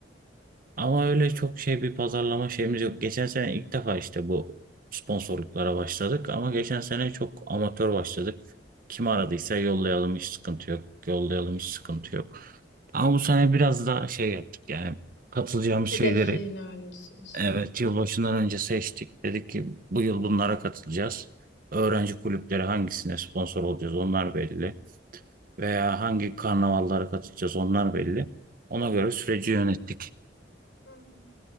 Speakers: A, on the right; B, on the left.
A: Ama öyle çok şey bir pazarlama şeyimiz yok. Geçen sene ilk defa işte bu sponsorluklara başladık ama geçen sene çok amatör başladık. Kim aradıysa yollayalım hiç sıkıntı yok. Yollayalım hiç sıkıntı yok. Ama bu sene biraz daha şey yaptık yani katılacağımız
B: Hedefle
A: şeyleri
B: ilerliyorsunuz.
A: evet yılbaşından önce seçtik. Dedik ki bu yıl bunlara katılacağız. Öğrenci kulüpleri hangisine sponsor olacağız onlar belli. Veya hangi karnavallara katılacağız onlar belli. Ona göre süreci yönettik.
B: Hı hı.